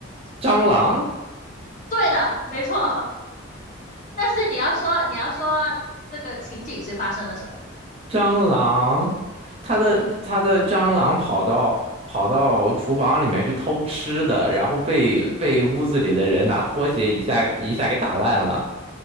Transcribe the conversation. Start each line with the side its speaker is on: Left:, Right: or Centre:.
Right: 蟑螂，
Left: 对的，没错。<laughs> 但是你要说，你要说这个情景是发生了什么？
Right: 蟑螂，它的它的蟑螂跑到跑到厨房里面去偷吃的，
Left: 嗯
Right: 然后被被屋子里的人拿拖鞋一下一下给打烂了。
Left: 嗯，